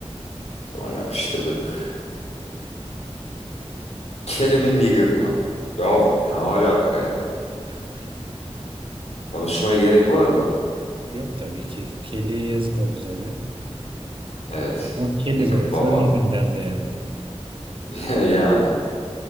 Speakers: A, on the left (about 75°); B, on the right (about 50°).
A: O zaman yapıştırdık. Kelly mi Negan mı? Yahu ne alaka ya?
B: <laughs>
A: Konuşmaya
B: Yani
A: gerek var mı?
B: Yok tabii ki. Kelly'ye yazık oldu tabii.
A: Evet.
B: Ama Kelly
A: Negan
B: de olsa
A: baba.
B: ne gün derdi yani.
A: <laughs> Yani.